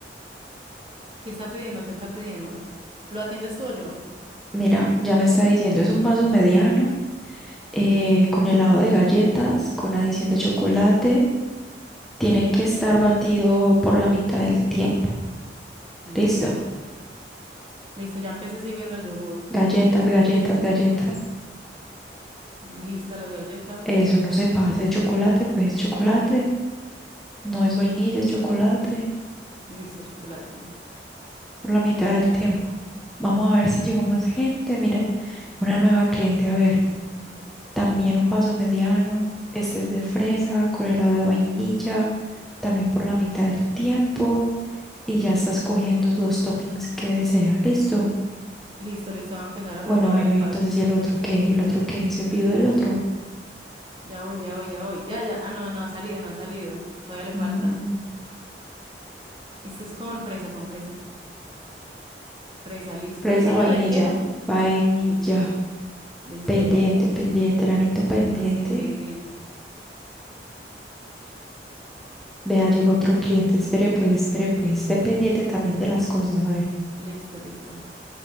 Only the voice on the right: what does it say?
¿Qué está pidiendo? ¿Qué está pidiendo? ¿Lo atiendes tú o yo?
Listo.
Listo, ya empecé sirviendo el yogur.
Lista las galletas.
Listo el chocolate.
Y-
Listo, listo, va a empezar a preparar
el vaso.
Ya voy, ya voy, ya voy. Ya, ya. Ah, no, no ha salido, no ha salido. Todavía le
falta. Este es con fresa, con fresa. Fresa, listo.
¿Helado
de qué era?
Listo, listo,
ya, ya, ya
estoy acá.
Así, pendiente.
Listo, listo.